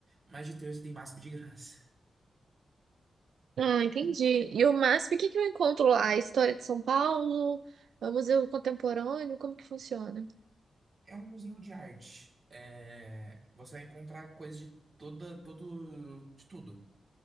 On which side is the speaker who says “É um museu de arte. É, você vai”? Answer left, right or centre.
Right